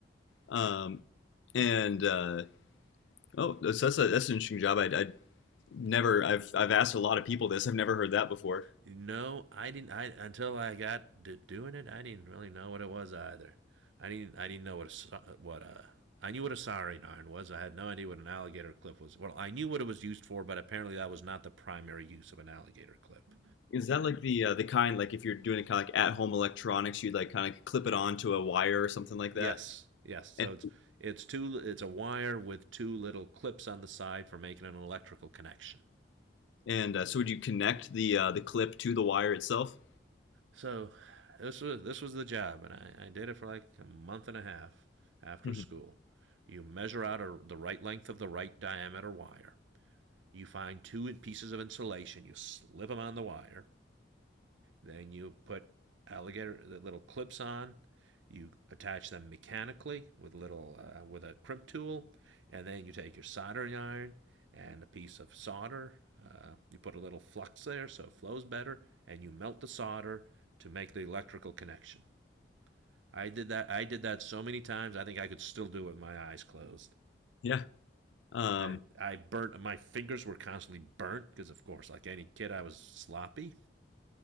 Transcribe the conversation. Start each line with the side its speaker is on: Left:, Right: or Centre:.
Left: Um, and uh, oh, that's that's, a, that's an interesting job. I, I Never. I've I've asked a lot of people this. I've never heard that before.
Right: No, I didn't. I until I got to doing it, I didn't really know what it was either. I didn't. I didn't know what a sa- what a. I knew what a soldering iron was. I had no idea what an alligator clip was. Well, I knew what it was used for, but apparently that was not the primary use of an alligator clip.
Left: Is that like the uh, the kind like if you're doing kind of like at home electronics, you'd like kind of clip it onto a wire or something like
Right: Yes,
Left: that?
Right: yes. So
Left: And
Right: it's it's two. It's a wire with two little clips on the side for making an electrical connection.
Left: and uh, so would you connect the uh, the clip to the wire itself?
Right: So this was this was the job, and I, I did it for like a month and a half after
Left: Mhm.
Right: school. You measure out a, the right length of the right diameter wire. You find two pieces of insulation. You slip them on the wire. Then you put alligator the little clips on. You attach them mechanically with little uh, with a crimp tool, and then you take your soldering iron and a piece of solder. Uh, you put a little flux there so it flows better, and you melt the solder to make the electrical connection. I did that. I did that so many times. I think I could still do it with my eyes closed.
Left: Yeah. Um,
Right: And I burnt. My fingers were constantly burnt because, of course, like any kid, I was sloppy.